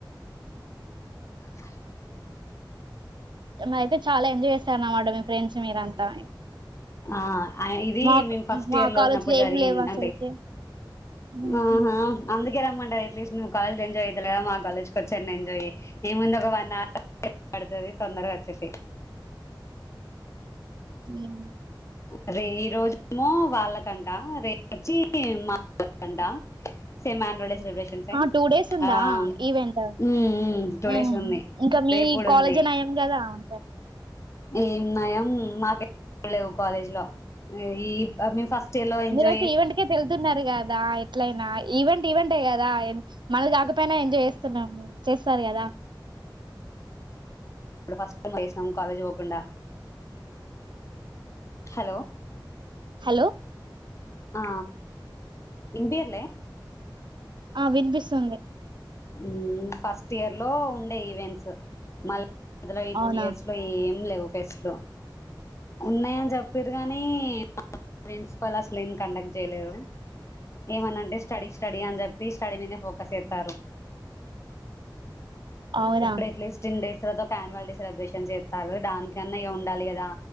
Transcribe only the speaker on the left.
ఫైవ్ మట్
ఆ ఇది
మేము ఫస్ట్
ఇయర్ లో
ఉన్నప్పుడు జరిగింది
అంటే
ఆహా అందుకేరమ అట్లీస్ట్వ్ కాలేజ లా ఎజాయ్ చేతలేవ్ కదా మా కాలేజ వచ్చే అయిన ఎంజాయ్ ఏం ముందు ఒక వన్ అవర్ ఎ పడుతది తొందరగా వచ్చే ఫే
అదే ఈ రోజుమో వాళ్ళకంట రేపుొచ్చి మా వాళ్ళకంట సేమాన్ళ సెలబ్రేషన్స్ ఉంటాయి
um
two
days ఉంది
రేపడు కూడా
ఉంది
ఏం నయం మాక లేవు కాలేజ్ లో ఇ మీ ఫస్ట్ ఇయర్ లో ఎంజాయ్
ఇప్పుడు ఫస్ట్ ట వైస్ కాలేజ్ పోకుండా హలో
ఆ ఇనిపియట్లే
ఉమ్ ఫస్ట్ ఇయర్ లో ఉండే ఈవెంట్స్ మళ్ళ మధ్యల ఈ టూ
ఇయర్స్లో ఏం లేవు ఫెస్ట్లు ఉన్నాయని చెప్పారు కానీ ప్రిన్సిపాల్ అసలు ఏమి కండక్ట్ చేయలేరు ఏమనంటే స్టడీ స్టడీ అని చెప్పి స్టడీ మీదేనే ఫోకస్ ఇస్తారు
ఇప్పుడు ఎట్లీస్ట్ టెన్ డేస్ లో ఒక న్యువల్ డే సెలబ్రేషన్స్ చేస్తారు దానికన్నా ఇగ ఉండాలి కదా